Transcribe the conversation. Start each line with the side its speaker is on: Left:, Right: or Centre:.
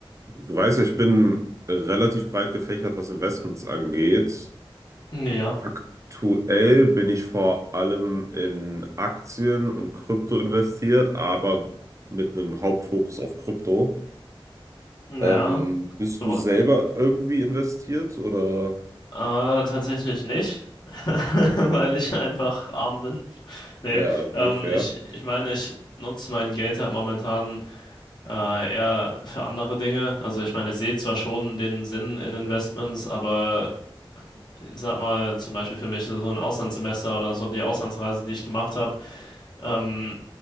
Right: Du weißt ja, ich bin relativ breit gefächert, was Investments angeht.
Left: Ja,
Right: Aktuell bin ich vor allem in Aktien und Krypto investiert, aber mit einem Hauptfokus auf Krypto.
Left: ja,
Right: Ähm, bist
Left: aber
Right: du selber irgendwie investiert oder?
Left: äh, tatsächlich nicht, <laughs> weil ich einfach arm bin. Nee,
Right: Ja, okay,
Left: ähm,
Right: fair.
Left: ich, ich meine, ich nutze mein Geld halt momentan äh, eher für andere Dinge. Also ich meine, ich sehe zwar schon den Sinn in Investments, aber ich sag mal, zum Beispiel für mich so ein Auslandssemester oder so die Auslandsreise, die ich gemacht habe, ähm,